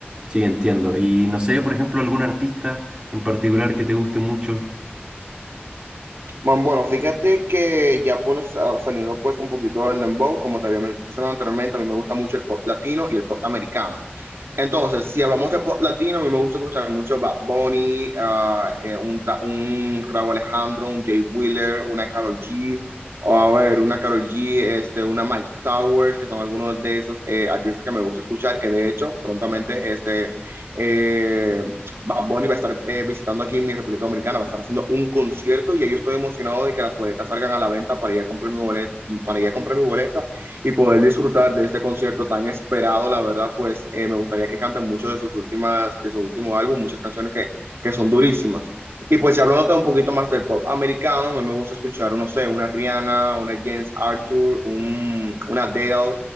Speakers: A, on the right; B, on the right.
A: Sí, entiendo. Y no sé, por ejemplo, algún artista en particular que te guste mucho.
B: Man, bueno, fíjate que ya pues, sa- saliendo pues un poquito del dembow, como te había mencionado anteriormente, a mí me gusta mucho el pop latino y el pop americano. Entonces, si hablamos de pop latino, a mí me gusta escuchar mucho Bad Bunny, ah, eh, un, Ta- un Rauw Alejandro, un Jay Wheeler, una Karol G, a ver, una Karol G, este, una Mike Towers, que son algunos de esos eh, artistas que me gusta escuchar, que de hecho, prontamente, este, eh, Bad Bunny va a estar eh, visitando aquí en mi República Dominicana, va a estar haciendo un concierto y ahí yo estoy emocionado de que las boletas salgan a la venta para ir a comprar mi boleta, para ir a comprar mi boleta y poder disfrutar de este concierto tan esperado, la verdad, pues eh, me gustaría que canten mucho de sus últimas, de su último álbum, muchas canciones que, que son durísimas. Y pues ya hablando un poquito más del pop americano, a mí me gusta escuchar, no sé, una Rihanna, una James Arthur, un, una Adele,